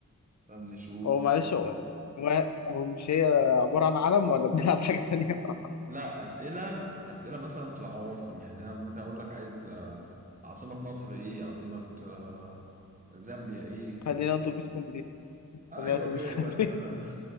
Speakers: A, on the right; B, on the left.
A: طب نشوف
B: هو معلش هو هو هو مش هي عباره عن علم ولا بنلعب حاجه تانية <laughs>
A: لا أسئلة أسئلة مثلا في العواصم يعني أنا مثلا أقول لك عايز آه، عاصمة مصر إيه عاصمة آه، زامبيا إيه
B: خلينا اتوبيس كومبليت
A: أيوه
B: خلينا اتوبيس
A: كده يبقى
B: كومبليت
A: أنت <laughs> ما